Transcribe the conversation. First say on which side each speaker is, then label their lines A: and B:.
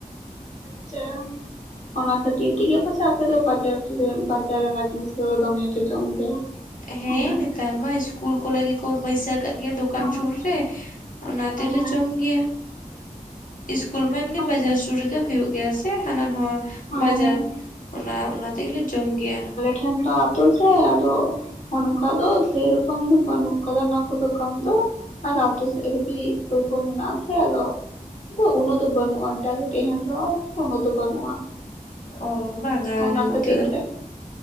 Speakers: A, on the left; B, on the left.
A: ᱟᱪᱷᱟᱢ ᱚᱱᱟ ᱠᱷᱟᱹᱛᱤᱨ ᱴᱷᱤᱠ ᱜᱮᱭᱟ ᱯᱟᱪᱷᱟᱢ᱾ ᱟᱯᱮ ᱫᱚ ᱵᱟᱡᱟᱨ <inaudible> ᱵᱟᱡᱟᱨ ᱨᱮᱱᱟᱜ ᱡᱤᱱᱤᱥ ᱠᱚᱫᱚ ᱫᱚᱢᱮᱯᱮ ᱡᱚᱢ ᱜᱮᱭᱟ
B: ᱦᱮᱸ
A: ᱚᱱᱟ
B: ᱱᱮᱛᱟᱨ ᱢᱟ ᱤᱥᱠᱩᱞ ᱠᱚᱨᱮ ᱜᱮᱠᱚ ᱵᱟᱹᱭᱥᱟᱹᱣ ᱠᱟᱜ ᱜᱮᱭᱟ ᱫᱚᱠᱟᱱ
A: ᱦᱳᱭ
B: ᱥᱩᱨ ᱨᱮ᱾ ᱚᱱᱟ ᱛᱮᱞᱮ
A: ᱦᱳᱭ
B: ᱡᱚᱢ ᱜᱮᱭᱟ, ᱤᱥᱠᱩᱞ ᱢᱟ ᱮᱢᱱᱤ
A: ᱦᱳᱭ
B: ᱵᱟᱡᱟᱨ ᱥᱩᱨ ᱨᱮᱜᱮ᱾ ᱦᱩᱭᱩᱜ ᱜᱮᱭᱟ ᱥᱮ ᱦᱟᱱᱟ ᱱᱚᱣᱟ
A: ᱦᱳᱭ
B: ᱵᱟᱡᱟᱨ ᱚᱱᱟ, ᱚᱱᱟ ᱛᱮᱜᱮᱞᱮ ᱡᱚᱢ ᱜᱮᱭᱟ᱾
A: ᱴᱷᱮᱱᱰᱟ ᱟᱛᱳ ᱥᱮ ᱟᱫᱚᱼᱼ ᱱᱚᱝᱠᱟ ᱫᱚ ᱥᱮ ᱨᱚᱠᱚᱢ ᱫᱚ ᱵᱟᱹᱱᱩᱜ ᱟᱠᱟᱫᱟ ᱚᱱᱟ ᱠᱚ ᱫᱚᱠᱟᱱ ᱫᱚ ᱟᱨ ᱟᱛᱳ ᱥᱮᱫ ᱨᱮᱜᱤ ᱠᱚ ᱢᱮᱱᱟᱜ ᱟᱥᱮ ᱟᱫᱚ ᱩᱱᱟᱹᱜ ᱫᱚ ᱵᱟᱹᱱᱩᱜᱼᱟ᱾ ᱡᱟᱜᱮ ᱛᱟᱦᱮᱱ ᱨᱮᱦᱚᱸ ᱳᱱᱳᱜ ᱫᱚ ᱵᱟᱹᱱᱩᱜᱼᱟ᱾
B: ᱚ ᱵᱟᱝᱟᱻᱟᱞᱮ
A: ᱚᱱᱟ
B: ᱱᱚᱛᱮ
A: ᱠᱷᱟᱹᱛᱤᱨ
B: ᱫᱚ᱾
A: ᱛᱮ